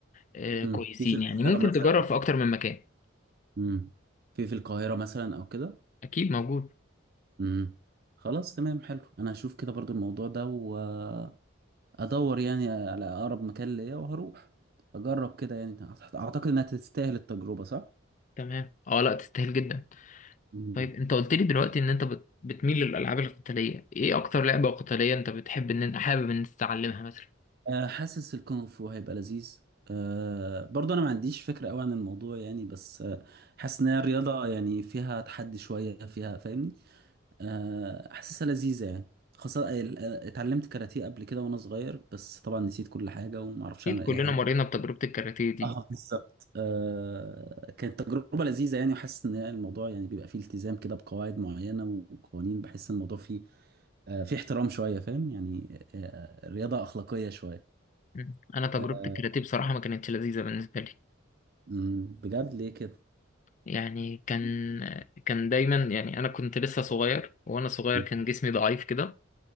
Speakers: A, on the left; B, on the right.
A: آه،
B: مم.
A: كويسين
B: في في القاهرة
A: يعني ممكن
B: مثلا
A: تجرب في اكتر من مكان
B: مم. في في القاهرة مثلا او كده
A: اكيد موجود
B: مم. خلاص تمام حلو انا هشوف كده برضو الموضوع ده وادور يعني على اقرب مكان ليا وهروح اجرب كده يعني اعتقد انها تستاهل التجربة صح
A: تمام اه لا تستاهل جدا
B: مم.
A: طيب انت قلت لي دلوقتي ان انت بت- بتميل للالعاب القتاليه ايه اكتر لعبه قتاليه انت بتحب ان انت حابب ان انت تتعلمها مثلا
B: آه، حاسس الكونغ فو هيبقى لذيذ أه برضه انا ما عنديش فكره قوي عن الموضوع يعني بس آه، حاسس ان هي رياضه يعني فيها تحدي شويه فيها فاهمني آه، حاسسها لذيذة يعني خاصة ال- آه، اتعلمت كاراتيه قبل كده وانا صغير بس طبعا نسيت كل حاجة ومعرفش
A: اكيد
B: اعمل
A: كلنا
B: اي حاجة
A: مرينا بتجربه الكاراتيه دي
B: اه بالظبط آه، كانت تجربة لذيذة يعني وحاسس ان الموضوع يعني بيبقى فيه التزام كده بقواعد معينة وقوانين بحس ان الموضوع فيه آه، فيه احترام شوية فاهم يعني آه، آه، رياضة أخلاقية شوية
A: مم. انا تجربه
B: آه،
A: الكاراتيه بصراحه ما كانتش لذيذه بالنسبه لي
B: مم، بجد ليه كده
A: يعني كان كان دايما يعني انا كنت لسه صغير وانا صغير
B: مم،
A: كان جسمي ضعيف كده